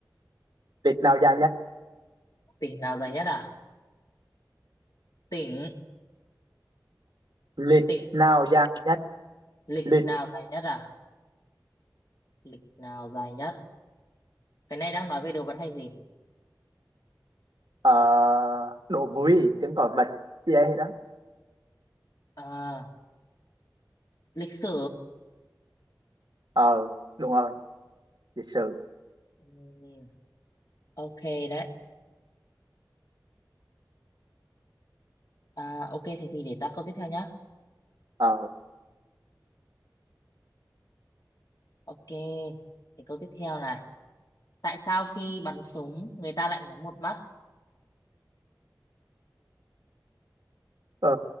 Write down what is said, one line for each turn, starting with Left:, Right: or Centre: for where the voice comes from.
Right: lịch nào dài nhất
Left: Tỉnh nào dài nhất à? Tỉnh,
Right: lịch
Left: tỉnh,
Right: nào dài nhất
Left: lịch
Right: lịch
Left: nào dài nhất à? Lịch nào dài nhất? Cái này đang nói về đồ vật hay gì?
Right: Ờ, đồ vui chứng tỏi vật gì đấy đó
Left: À, lịch sử.
Right: ờ đúng rồi lịch sử
Left: Ừ. Ok đấy. À, ok thì thì để ta câu tiếp theo nhá.
Right: ờ
Left: Ok. Thì câu tiếp theo này. tại sao khi bắn súng người ta lại nhắm một mắt
Right: ờ,